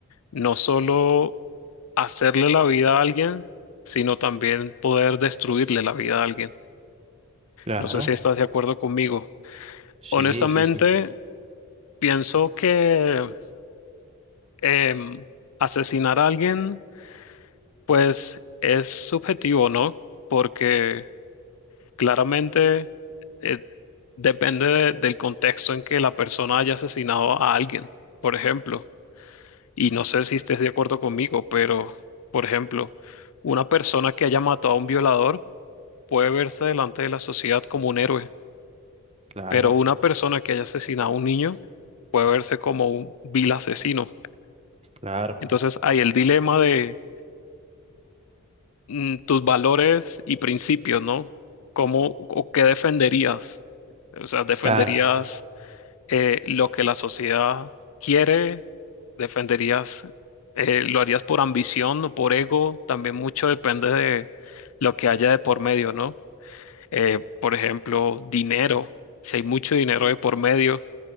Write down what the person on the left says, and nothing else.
no solo hacerle la vida a alguien, sino también poder destruirle la vida a alguien.
No sé si estás de acuerdo conmigo.
Honestamente,
pienso que em, asesinar a alguien, pues es subjetivo, ¿no? Porque claramente eh, depende de- del contexto en que la persona haya asesinado a alguien, por ejemplo. Y no sé si estés de acuerdo conmigo, pero, por ejemplo, una persona que haya matado a un violador, puede verse delante de la sociedad como un héroe,
pero una persona que haya asesinado a un niño puede verse como un vil asesino.
Entonces hay el dilema de mm, tus valores y principios, ¿no? ¿Cómo o qué defenderías? O sea, ¿defenderías
eh, lo que la sociedad quiere? ¿Defenderías, eh, lo harías por ambición o por ego? También mucho depende de lo que haya de por medio, ¿no? eh, por ejemplo, dinero, si hay mucho dinero de por medio,